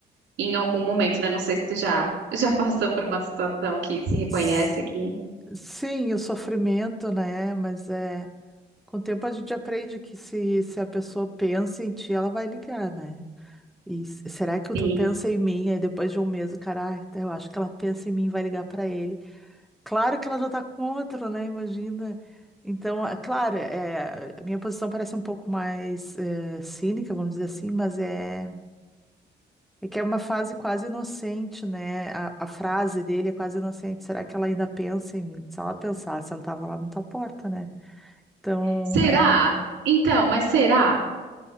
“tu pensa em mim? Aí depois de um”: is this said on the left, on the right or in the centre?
Centre